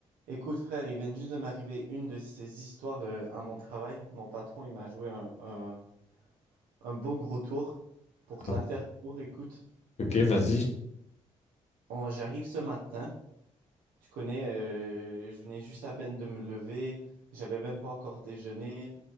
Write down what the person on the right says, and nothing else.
Écoute, frère, il vient juste de m'arriver une de ces histoires euh, à mon travail. Mon patron, il m'a joué un, un- un beau gros tour. Pour te
la faire court, écoute,
on- j'arrive ce matin. Tu connais, euh, je venais juste à peine de me lever. J'avais même pas encore déjeuné.